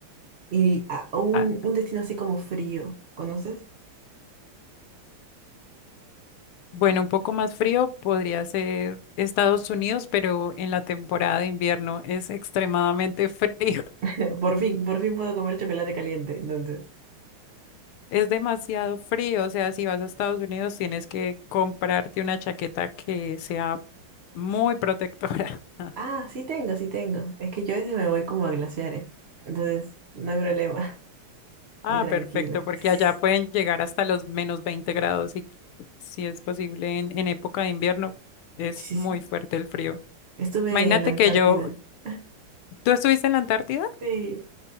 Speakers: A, on the right (about 50°); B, on the left (about 80°).
A: y a- un,
B: Ah,
A: un destino así como frío, ¿conoces?
B: bueno, un poco más frío podría ser Estados Unidos, pero en la temporada de invierno es extremadamente frío.
A: <laughs> Por fin, por fin puedo comer chocolate caliente, entonces.
B: Es demasiado frío, o sea, si vas a Estados Unidos tienes que comprarte una chaqueta que sea muy protectora. <laughs>
A: Ah, sí tengo, sí tengo. Es que yo a veces me voy como a glaciares, entonces no hay problema, <laughs>
B: Ah,
A: estoy tranquila.
B: perfecto, porque
A: Sí, sí,
B: allá pueden llegar hasta los menos 20 grados y si es posible en, en época de invierno es
A: sí,
B: muy
A: sí, sí. sí.
B: fuerte el frío.
A: Estuve
B: Imagínate
A: en la Antártida.
B: que yo,
A: <laughs>
B: ¿tú estuviste en la Antártida?
A: Sí,